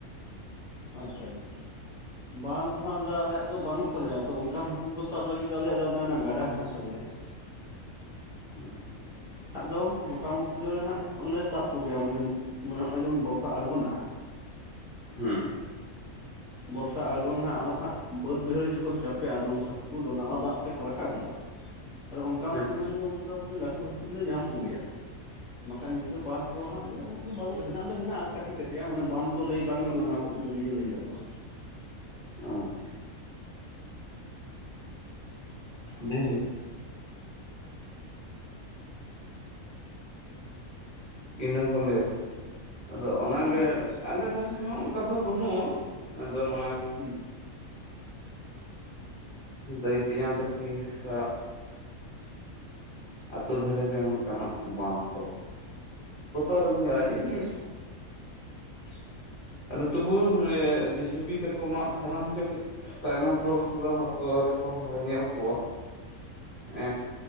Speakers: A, in the centre; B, on the left.
A: ᱟᱪᱪᱷᱟ ᱟᱪᱪᱷᱟ ᱵᱟᱸᱫᱷ ᱫᱚ ᱦᱟᱜ ᱫᱚ ᱟᱞᱮᱭᱟᱜ ᱫᱚ ᱵᱟᱹᱱᱩᱜ ᱛᱟᱞᱮᱭᱟ ᱛᱚ ᱚᱱᱠᱟᱱ ᱦᱟᱹᱠᱩ ᱠᱚ ᱥᱟᱵ ᱞᱟᱹᱜᱤᱫ ᱫᱚ ᱟᱞᱮᱭᱟᱜ ᱫᱚ ᱚᱱᱮ ᱚᱱᱟ ᱜᱟᱰᱟ ᱦᱮᱱᱟᱜ ᱛᱟᱞᱮᱭᱟ᱾ <inaudible>
B: ᱟᱪᱪᱷᱟ
A: ᱱᱟᱟᱜ ᱫᱚ ᱢᱚᱴᱟᱢᱩᱴᱤ ᱫᱚᱞᱮ ᱦᱟᱸᱜ ᱞᱮ ᱥᱟᱵ ᱠᱚᱜᱮᱭᱟ ᱢᱟᱱᱮ ᱱᱤᱛ ᱱᱚᱜᱼᱚᱭ ᱡᱮᱢᱚᱱ ᱵᱚᱨᱥᱟ ᱟᱬᱜᱚᱱᱟ ᱦᱟᱸᱜ
B: ᱦᱮᱸ
A: ᱵᱚᱨᱥᱟ ᱟᱬᱜᱚ ᱱᱟ ᱦᱟᱸᱜ ᱟᱫᱚ ᱠᱷᱜ ᱵᱟᱹᱫᱽ ᱵᱟᱹᱭᱦᱟᱹᱲ ᱡᱚᱠᱷᱚᱱ ᱪᱟᱯᱮᱜᱼᱟ ᱟᱫᱚ ᱩᱱᱠᱩ ᱦᱟᱹᱠᱩ ᱫᱚ ᱱᱟᱣᱟ ᱫᱟᱜ ᱛᱮᱠᱚ ᱨᱟᱠᱟᱵ ᱦᱤᱡᱩᱜᱼᱟ᱾ ᱟᱫᱚ ᱚᱱᱠᱟᱱ
B: ᱟᱪᱪᱷᱟ
A: ᱥᱚᱢᱚᱭ ᱫᱚ ᱢᱳᱴᱟᱢᱩᱴᱤ ᱞᱟᱹᱴᱩ ᱦᱟᱹᱠᱩ ᱫᱚᱞᱮ ᱧᱟᱢ ᱠᱚᱜᱮᱭᱟ᱾ ᱵᱟᱠᱷᱟᱡ ᱱᱤᱝᱠᱟᱹ ᱵᱟᱸᱫᱷ ᱠᱚ ᱦᱟᱸᱜ ᱫᱚ ᱵᱟᱹᱱᱩᱜ ᱦᱮᱱᱟᱜ ᱫᱚ ᱦᱮᱱᱟᱜᱼᱟ ᱠᱟᱹᱴᱤᱡ ᱠᱟᱹᱴᱤᱡᱟᱜ ᱚᱱᱮ ᱵᱟᱸᱫᱷ ᱫᱚ ᱞᱟᱹᱭ ᱵᱟᱝ ᱜᱟᱱᱚᱜᱼᱟ᱾ ᱚᱱᱟ ᱫᱚ ᱜᱟᱹᱰᱭᱟᱹ ᱞᱟᱹᱭ ᱜᱟᱱᱚᱜᱼᱟ᱾
B: ᱚᱷᱟ ᱡᱟᱭᱦᱳᱠ ᱤᱱᱟᱹ ᱦᱚᱸᱞᱮᱭᱳ ᱟᱫᱚ ᱚᱱᱟᱜᱮ
A: ᱦᱮᱸ
B: ᱟᱞᱮ ᱫᱷᱟᱨᱮ ᱦᱚᱸ ᱚᱱᱠᱟ ᱫᱚ ᱵᱟᱹᱱᱩᱜᱼᱟ ᱟᱫᱚ ᱱᱚᱜᱼᱚᱭ
A: ᱦᱩᱸ
B: ᱩᱜ ᱫᱟᱹᱭᱤ ᱛᱮᱧᱟᱝ ᱛᱟᱠᱤ ᱶᱟᱜ ᱟᱹᱛᱩ ᱫᱷᱟᱨᱮᱜ ᱜᱮ ᱱᱚᱝᱠᱟᱱᱟᱜ ᱵᱟᱸᱫᱷ ᱫᱚ ᱵᱚᱛᱚᱨ <unintelligible> ᱵᱟᱧᱭᱟ ᱟᱹᱰᱤ
A: ᱟᱪᱪᱷᱟ
B: ᱥᱟᱜᱤᱧ
A: ᱟᱪᱪᱷᱟ <unintelligible>
B: ᱟᱫᱚ ᱛᱚᱵᱩ ᱡᱤᱥᱤᱵᱤ ᱛᱮᱠᱚ ᱢᱟᱜ ᱠᱷᱟᱨᱟᱝ ᱦᱚᱪᱚ ᱠᱮᱫ ᱛᱟᱭᱱᱚᱢ ᱠᱷᱚᱨ ᱨᱮᱫᱚ ᱦᱟᱹᱠᱩ ᱟᱹᱶᱨᱤ ᱠᱚ ᱧᱮᱞ ᱠᱚᱣᱟ ᱮ